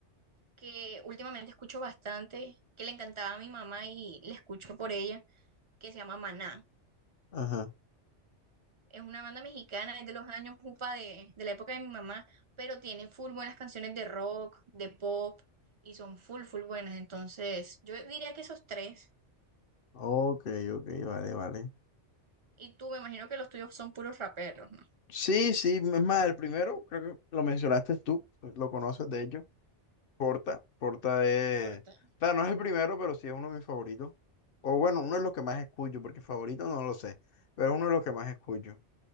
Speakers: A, on the right (about 35°); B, on the left (about 60°).
A: que últimamente escucho bastante, que le encantaba a mi mamá y la escucho por ella, que se llama Maná.
B: Ajá.
A: Es una banda mexicana, es de los años upa de, de la época de mi mamá, pero tiene full buenas canciones de rock, de pop, y son full, full buenas. Entonces, yo diría que esos tres,
B: Ok, ok, vale, vale.
A: y tú me imagino que los tuyos son puros raperos, no
B: Sí, sí, es más, el primero, creo que lo mencionaste tú, pues, lo conoces de hecho, Porta. Porta es,
A: No importa.
B: o sea, no es el primero, pero sí es uno de mis favoritos. O bueno, uno de los que más escucho, porque favorito no lo sé, pero es uno de los que más escucho.